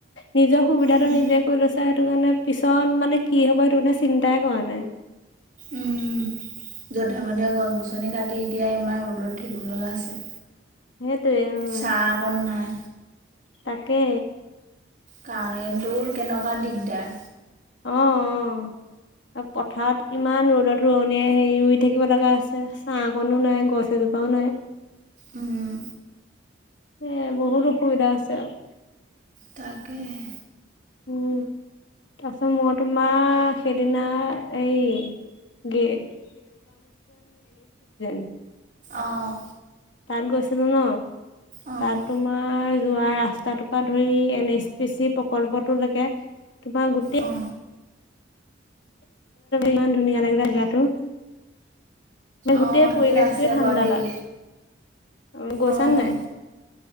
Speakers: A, on the left (about 75°); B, on the right (about 45°).
A: নিজৰ সুবিধাটো
B: উম।
A: নিজে কৰি লৈছে সেইটো কাৰণে- পিছত মানে কি হ'ব সেইটো তাই কৰা নাই।
B: উম, যধে মধে গছ, -গছনি কাটি এতিয়া ইমান ৰ'দত থাকিব লগা হৈছে।
A: সেইটোৱে অ।
B: চাহ অকণ নাই,
A: তাকে।
B: কাৰেণ্ট টো কেনেকুৱা দিগদাৰ।
A: অ অ। আৰু পথাৰত ইমান ৰ'দত ৰোৱনীয়ে হেৰি ৰুই থাকিব লগা হৈছে। ছাঁ কনো নাই গছ এজোপাও- নাই নাই।
B: উম।
A: এ বহুত অসুবিধা হৈছে। আৰু -
B: তাকে হে।
A: উম তাৰ পিছত মই তোমাৰ সেইদিনা হেৰি <unintelligible>
B: অ',
A: তাত গৈছিলো ন।
B: অ',
A: তাত তোমাৰ যোৱা ৰাস্তাটোৰ পৰা ধৰি এন এইচ পি চি প্ৰকল্পটো লৈকে। তোমাৰ গোটেই
B: অ'।
A: ইমান ধুনীয়া লাগিল গাটো। গোটেই
B: অ',
A: পৰিৱেশটোৱে
B: সেইফালে আছে
A: ঠাণ্ডা
B: বাৰু দেই।
A: তাত। গৈছা
B: অ',
A: নে নাই?